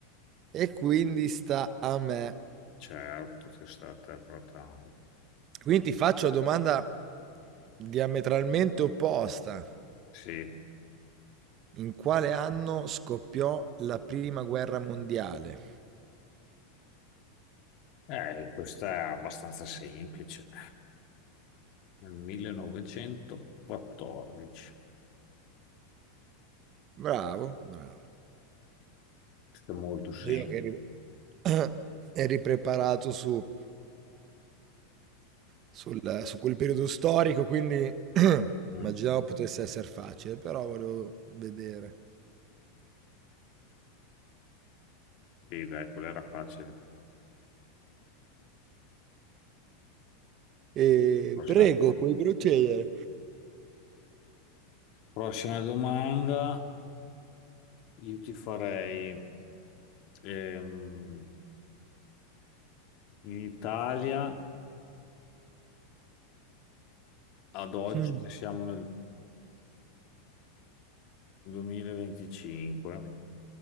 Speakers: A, on the right; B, on the left.
A: e quindi sta a me.
B: Certo, che è stata fatta.
A: Quindi ti faccio la domanda diametralmente opposta.
B: Sì,
A: In quale anno scoppiò la prima guerra mondiale?
B: Eh, questa è abbastanza semplice. Nel 1914.
A: Bravo, bravo.
B: Questa è molto semplice.
A: Vedo che eri, <clears throat> eri preparato su, sul- su quel periodo storico, quindi <clears throat>
B: Mm.
A: immaginavo potesse essere facile, però volevo vedere.
B: Sì, dai, quella era facile.
A: E
B: Prossima,
A: prego, puoi procedere.
B: prossima domanda. Io ti farei... ehm, In Italia, ad oggi,
A: Mm,
B: che siamo nel 2025,